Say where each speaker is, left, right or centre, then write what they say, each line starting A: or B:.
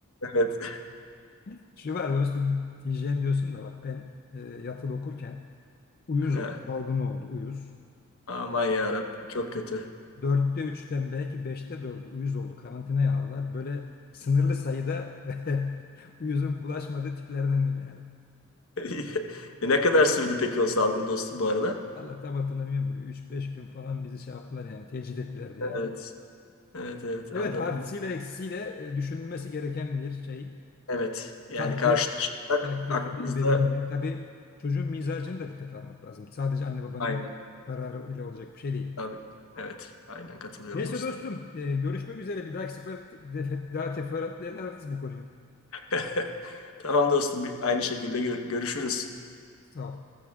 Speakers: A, on the left (about 70°); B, on the left (about 45°).
A: Evet.
B: <laughs> Şu var dostum hijyen diyorsun da bak ben e, yatılı okurken uyuz
A: <laughs>
B: salgını oldu uyuz.
A: Aman ya Rabbim çok kötü.
B: Dörtte üçten belki beşte dördü uyuz oldu. Karantinaya aldılar. Böyle sınırlı sayıda <laughs> uyuzun bulaşmadığı tiplerdendim yani.
A: <laughs> E, ne kadar sürdü peki o salgın dostum bu arada?
B: Allah tam hatırlamıyorum da üç beş gün falan bizi şey yaptılar yani tecrit ettiler diye.
A: Evet. Evet evet
B: Evet
A: anladım.
B: artısıyla eksisiyle e, düşünülmesi gereken bir şey.
A: Evet. Yani
B: Takdir.
A: karşılaşırsak
B: Takdir
A: aklımızda
B: tabii ebeveynlerin. Tabii çocuğun mizacını da dikkate almak lazım. Sadece anne babanın
A: aynen.
B: kararı ile olacak bir şey değil.
A: Tabii. Evet. Aynen katılıyorum
B: Neyse
A: dostum.
B: dostum, e, görüşmek üzere. Bir dahaki sefer defe- daha teferruatlı ederiz bu konuyu.
A: <laughs> Tamam dostum. bir- Aynı şekilde gö- görüşürüz.
B: Sağ ol.